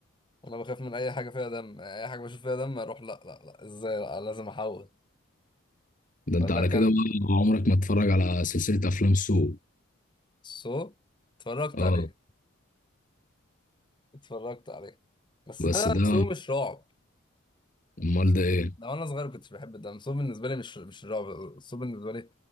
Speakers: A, on the left; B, on the left.
A: انا بخاف من اي حاجة فيها دم اي حاجة بشوف فيها دم اروح لا لا لا ازاي لا لازم احول
B: ده
A: فده
B: انت على
A: كان
B: كده بقى عمرك ما تتفرج على سلسله افلام سو
A: سو اتفرجت
B: اه
A: عليه اتفرجت عليه بس
B: بس
A: ده
B: ده
A: سو مش رعب
B: امال ده ايه
A: ده وانا صغير كنتش بحب ده سو بالنسبه لي مش مش رعب سو بالنسبه لي